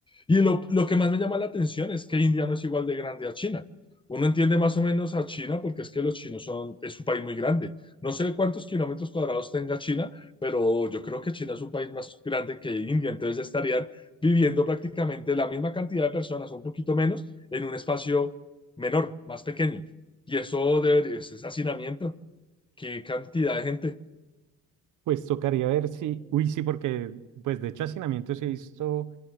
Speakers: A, on the left; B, on the right.
A: Y lo, lo que más me llama la atención es que India no es igual de grande a China. Uno entiende más o menos a China porque es que los chinos son, es un país muy grande. No sé cuántos kilómetros cuadrados tenga China, pero yo creo que China es un país más grande que India, entonces estarían viviendo prácticamente la misma cantidad de personas, un poquito menos, en un espacio menor, más pequeño. Y eso de, ese hacinamiento, qué cantidad de gente.
B: Pues tocaría ver si, uy, sí, porque pues de hecho hacinamientos he visto